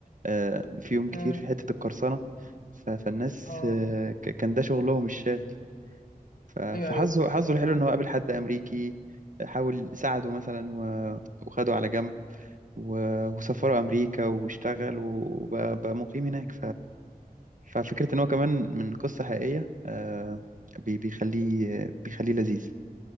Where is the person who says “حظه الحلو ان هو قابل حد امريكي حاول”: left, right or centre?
Right